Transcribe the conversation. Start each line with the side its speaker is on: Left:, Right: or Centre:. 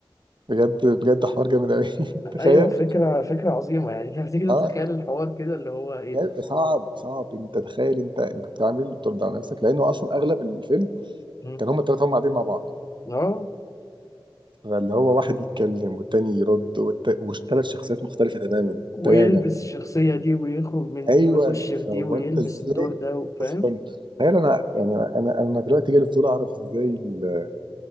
Right: بجد بجد حوار جامد قوي <laughs> تخيل
Left: ايوه فكرة فكرة عظيمة يعني <laughs> لما تيجي
Right: اه
Left: تتخيل الحوار كده اللي هو ايه
Right: جامد-
Left: ده
Right: صعب صعب انت تخيل انت انت بتعمل بترد على نفسك لانه اصلا اغلب الفيلم
Left: مم.
Right: كان هما الثلاثه هما قاعدين مع بعض
Left: اه
Right: فاللي هو واحد يتكلم والتاني يرد والت... وثلاث شخصيات مختلفه تماما
Left: ويلبس
Right: تماما
Left: الشخصية دي ويخرج من
Right: ايوه
Left: دي ويخش في دي
Right: فهو
Left: ويلبس
Right: انت ازاي
Left: الدور ده فاهم
Right: اصلا تخيل انا يعني انا انا دلوقتي جالي فضول اعرف ازاي ال-